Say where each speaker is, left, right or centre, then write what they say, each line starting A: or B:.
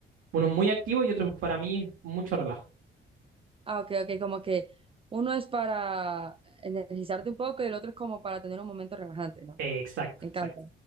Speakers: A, on the right; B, on the right.
A: unos muy activos y otros para mí mucho relajo.
B: Ah, ok, ok, como que uno es para energizarte un poco y el otro es como para tener un momento relajante, ¿no?
A: Eh, Exacto,
B: Me encanta,
A: exacto.